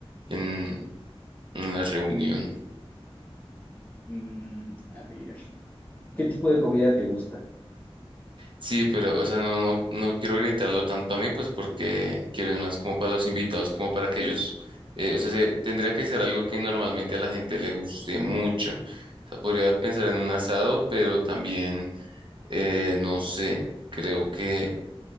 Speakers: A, on the right; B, on the left.
A: en, en la reunión.
B: Mm, a ver, ¿qué tipo de comida te gusta?
A: Sí, pero, o sea, no, no, no quiero orientarlo tanto a mí, pues porque quiero más como para los invitados, como para que ellos, eh, o sea, se- tendría que ser algo que normalmente a la gente le guste mucho. O sea, podría pensar en un asado, pero también, eh, no sé, creo que